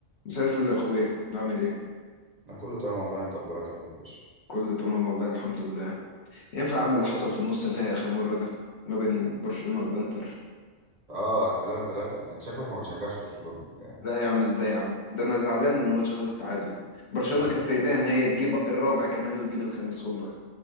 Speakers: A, on the left; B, on the right.
A: مساء الفل يا اخويا عامل ايه
B: انا كله تمام والله انت اخبارك عامل ايه يا باشا
A: كله تمام والله الحمد لله ينفع اعمل اللي حصل في النص النهائي اخر مره ده ما بين برشلونه والانتر
B: اه 3 3 انت شكلك ما بتشجعش برشلونة يعني
A: لا يا عم ازاي يا عم ده انا زعلان من الماتش خالص تعادل برشلونه
B: بس
A: كان في ايديها ان هي تجيب الرابع كمان وتجيب الخامس والله